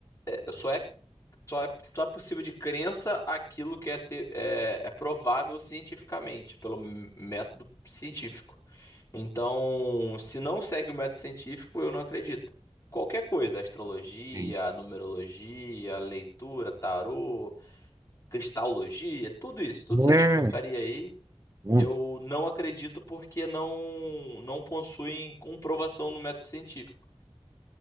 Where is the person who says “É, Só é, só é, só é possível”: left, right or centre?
Left